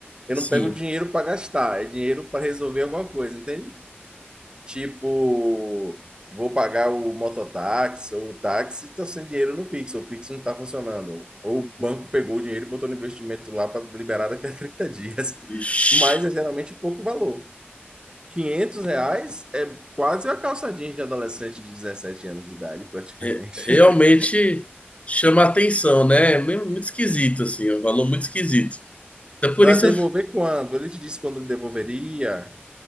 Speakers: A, on the right; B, on the left.
A: Eu
B: Sim,
A: não pego dinheiro para gastar, é dinheiro para resolver alguma coisa, entende? Tipo, vou pagar o mototáxi ou o táxi, estou sem dinheiro no Pix, o Pix não está funcionando. Ou o banco pegou o dinheiro e botou no investimento lá para liberar daqui a <laughs> 30 dias.
B: Ixi,
A: Mas é geralmente pouco valor. 500 reais é quase a calça jeans de adolescente de 17 anos de idade, praticamente.
B: é- realmente
A: <laughs>
B: chama atenção, né? É meio- muito esquisito, assim, é um valor muito esquisito. Até por
A: Para
B: isso
A: devolver
B: eu...
A: quando? Ele te disse quando ele devolveria.